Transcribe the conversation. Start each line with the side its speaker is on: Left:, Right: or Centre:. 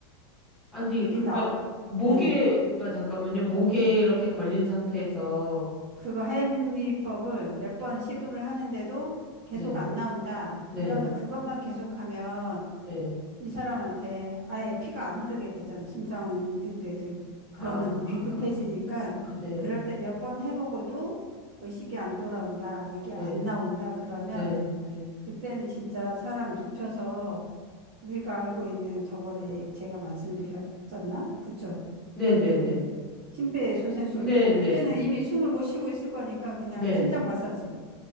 Centre: 아니,
Right: 이게
Centre: 그러면
Right: 나,
Centre: 목에,
Right: 응.
Centre: 그러니까 잠깐만요. 목에 이렇게 걸린 상태에서,
Right: 그거 하임리법을 몇 번 시도를 하는데도 계속
Centre: 네,
Right: 안 나온다.
Centre: 네,
Right: 그러면 그것만 계속하면
Centre: 네.
Right: 이 사람한테 아예 피가 안 흐르게 되잖아. 심장이든 뇌든. 그러면
Centre: 아,
Right: 위급해지니까
Centre: 아, 아, 네,
Right: 그럴 때 몇 번 해보고도 의식이 안 돌아온다. 이게 안
Centre: 네,
Right: 나온다. 그러면
Centre: 네, 네,
Right: 그때는 진짜 사람 눕혀서 우리가 알고 있는 저번에
Centre: 네,
Right: 제가 말씀드렸었나? 그쵸?
Centre: 네, 네,
Right: 그 심폐소생술.
Centre: 네, 네,
Right: 그때는
Centre: 네,
Right: 이미
Centre: 네.
Right: 숨을 못 쉬고 있을 거니까 그냥
Centre: 네.
Right: 심장 마사지,